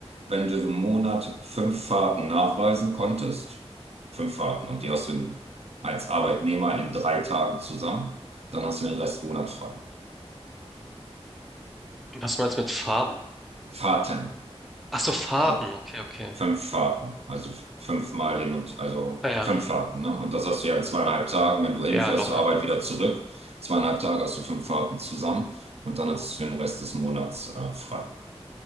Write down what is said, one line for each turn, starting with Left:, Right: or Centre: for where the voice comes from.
Right: wenn du im Monat fünf Fahrten nachweisen konntest, fünf Fahrten und die hast du in, als Arbeitnehmer in drei Tagen zusammen, dann hast du den Rest Monat frei.
Centre: Was meinst du mit Farben?
Right: Fahrten.
Centre: Ach so, Fahrten.
Right: Entschuldigung.
Centre: Okay, okay.
Right: Fünf Fahrten, also fünfmal hin und also
Centre: Ah ja.
Right: fünf Fahrten, ne? Und das hast du ja in zweieinhalb Tagen, wenn du hinfährst
Centre: Ja, locker.
Right: zur Arbeit wieder zurück. Zweieinhalb Tage hast du fünf Fahrten zusammen und dann hast du den Rest des Monats äh, frei.